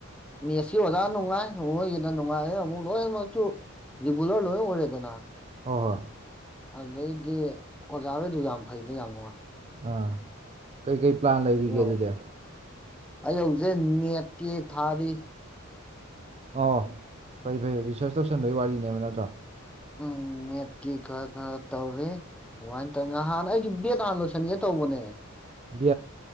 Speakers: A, in the centre; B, on the right (about 30°).
A: ꯃꯦꯁꯤ ꯑꯣꯖ ꯅꯨꯡꯉꯥꯏ ꯏ ꯅꯨꯡꯉꯥꯏꯦ ꯂꯣꯏꯅꯃꯛꯁꯨ ꯔꯤꯒꯨꯂꯔ ꯂꯣꯏ ꯑꯣꯏꯔꯦꯗꯅ
B: ꯍꯣꯏ꯫ ꯍꯣꯏ
A: ꯑꯗꯨꯩꯗꯤ ꯑꯣꯖꯥ ꯍꯩꯁꯨ ꯌꯥꯝ ꯐꯩꯗ ꯌꯥꯝꯉ
B: ꯑꯥ ꯀꯩꯀꯩ ꯄ꯭ꯂꯥꯟ ꯂꯩꯔꯤꯒꯦ
A: ꯌꯥꯎꯋꯦ
B: ꯑꯗꯨꯗꯤ
A: ꯑꯩ ꯍꯧꯖꯤꯛ ꯅꯦꯠꯀꯦ ꯊꯥꯔꯤ
B: ꯑ ꯐꯩ ꯐꯩ ꯔꯤꯁꯥꯔꯁ ꯇꯧꯁꯟꯕꯒꯤ ꯋꯥꯔꯤꯅꯦꯕ ꯅꯠꯇ꯭ꯔꯣ
A: ꯑꯣ ꯑꯣ ꯅꯦꯠꯀꯤ ꯈꯔ ꯈꯔ ꯇꯧꯔꯦ ꯑꯗꯨꯃꯥꯏꯅ ꯇꯧꯍꯥꯟ ꯑꯩꯁꯦ ꯕꯦꯠ ꯍꯥꯟꯅ ꯂꯣꯏꯁꯤꯟꯒꯦ ꯇꯧꯕꯅꯦ
B: ꯠ